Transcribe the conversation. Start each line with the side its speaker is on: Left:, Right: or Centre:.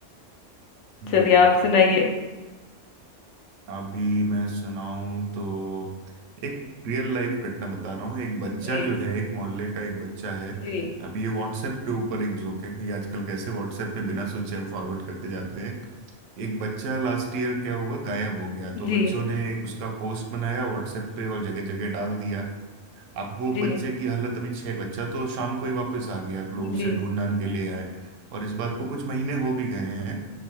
Right: हम्म,
Left: चलिए आप सुनाइए
Right: अभी मैं सुनाऊं तो एक रियल लाइफ घटना बता रहा हूँ एक बच्चा
Left: जी
Right: जो है एक मोहल्ले का एक बच्चा है
Left: जी
Right: अभी ये व्हाट्सएप के ऊपर एक जोक है कि आजकल कैसे व्हाट्सएप पे बिना सोचे हम फॉरवर्ड करते जाते हैं एक बच्चा लास्ट ईयर क्या हुआ गायब हो गया तो
Left: जी
Right: बच्चों ने एक उसका पोस्ट बनाया व्हाट्सएप पे और जगह जगह डाल दिया अब वो
Left: जी
Right: बच्चे की हालत अभी छह बच्चा तो शाम को ही वापस आ गया लोग
Left: जी
Right: उसे ढूंढ ढांढ के ले आए और इस बात को कुछ महीने हो भी गए हैं